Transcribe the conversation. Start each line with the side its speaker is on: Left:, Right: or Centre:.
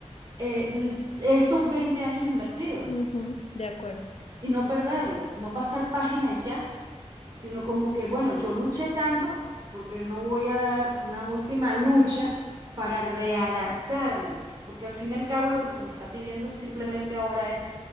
Right: eh, esos 20 años invertidos
Left: Ujú, De acuerdo.
Right: y no perderlos, no pasar página y ya sino como que, bueno, yo luché tanto porque no voy a dar una última lucha para readaptarme, porque al fin y al cabo lo que se me está pidiendo simplemente ahora es